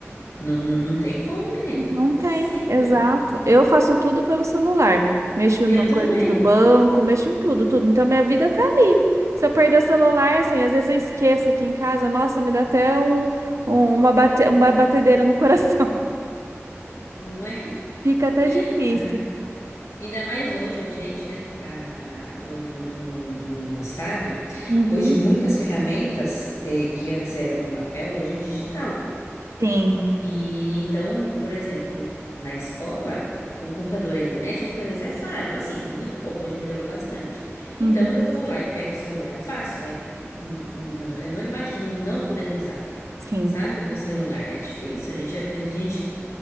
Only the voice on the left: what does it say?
Não, não tem como, menina.
Impossível.
Eu
também,
não é?
<laughs>
Ai, ainda mais hoje a gente, né, que está atuando no, no, no estado,
hoje muitas ferramentas eh, que antes eram no papel, hoje é digital.
E então, por exemplo, na escola, o computador a internet muitas vezes é falho. Assim, muito pouco, hoje melhorou bastante. Então
eu vou lá e pego o celular e faço. Aí, hum, hum, eu não eu não imagino não podendo usar,
sabe? O celular é difícil, a gente, a gente...